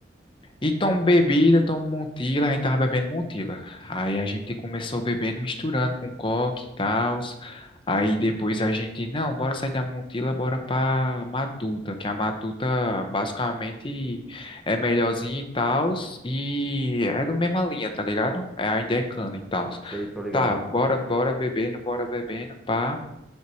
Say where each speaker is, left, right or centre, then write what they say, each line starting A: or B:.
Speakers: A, on the left; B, in the centre.
A: E tomam bebida, tomam Montila, a gente tava bebendo Montila. Aí a gente começou bebendo, misturando com coque e tal. Aí depois a gente, não, bora sair da Montila, bora pra Matuta, que a Matuta basicamente é melhorzinha e tal. E é da mesma linha, tá ligado? É ainda é cana e tal.
B: sei, tô ligado.
A: Tá, bora, bora bebendo, bora bebendo, pá.